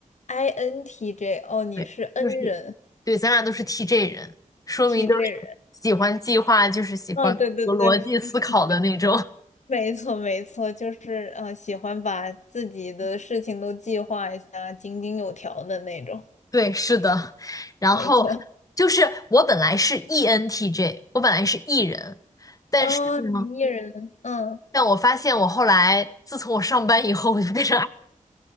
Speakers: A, on the left; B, on the left.
A: ？INTJ，哦，你是
B: 对，
A: N
B: 就是，
A: 人
B: 对，咱俩都是 TJ 人，说明都是
A: ，TJ 人。
B: 喜欢计划，就是喜欢有逻辑思考的那种。
A: 啊？对对对，就是喜欢，没错没错，就是嗯、呃喜欢把自己的事情都计划一下，井井有条的那种。
B: <laughs> 对，是的。然后就是我本来是
A: 没错，
B: ENTJ，我本来是 E 人，
A: 哦，
B: 嗯
A: 你 E 人，嗯，
B: 但我发现我后来自从我上班以后，我就变成